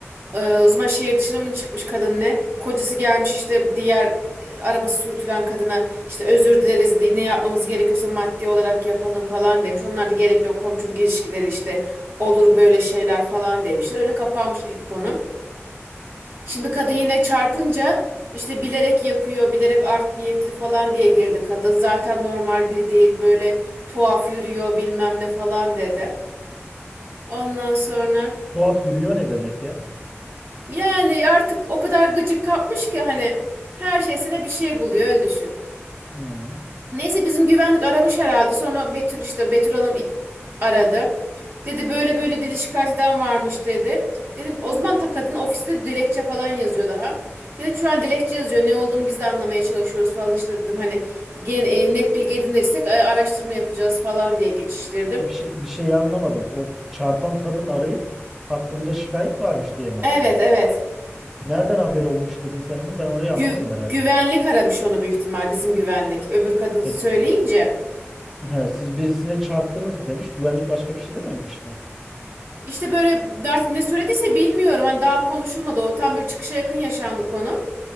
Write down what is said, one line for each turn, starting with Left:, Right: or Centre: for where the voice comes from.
Right: e, o zaman şehir dışına mı çıkmış kadın ne? Kocası gelmiş işte bu diğer e, arabası sürtülen kadına işte özür dileriz ne yapmamız gerekiyorsa maddi olarak yapalım falan demiş. Onlar da gerek yok komşuluk ilişkileri işte olur böyle şeyler falan demişler. Öyle kapanmış ilk konu. Şimdi kadın yine çarpınca işte bilerek yapıyor, bilerek art niyetli falan diye girdi. Kadın zaten normal biri değil, böyle tuhaf yürüyor bilmem ne falan dedi. Ondan sonra
Centre: Tuhaf yürüyor ne demek ya?
Right: yani artık o kadar gıcık kapmış ki hani her şeysine bir şey buluyor öyle düşün.
Centre: Hı.
Right: Neyse bizim güvenlik aramış herhalde. Sonra Betül işte Betül Hanım ilk aradı. Dedi böyle böyle bir şikayet eden varmış dedi. Dedim o zaman ta kadın ofiste dilekçe falan yazıyor daha. Dedim şu an dilekçe yazıyor ne olduğunu biz de anlamaya çalışıyoruz falan işte dedim hani gen, e, net bilgi edinirsek e, araştırma yapacağız falan diye geçiştirdim.
Centre: Bir şey, bir şey anlamadım. O çarpan kadın arayıp hakkımda şikayet varmış diye mi
Right: Evet
Centre: arıyor?
Right: evet
Centre: Nereden haberi olmuş dedin sen onu? Ben orayı
Right: Gü-
Centre: anlamadım herhalde.
Right: güvenlik aramış onu büyük ihtimal bizim güvenlik öbür kadın söyleyince.
Centre: E, he, siz birisine çarptınız mı demiş. Güvenlik başka bir şey dememiş mi?
Right: İşte böyle artık ne söylediyse bilmiyorum hani daha konuşulmadı o tam böyle çıkışa yakın yaşandı konu.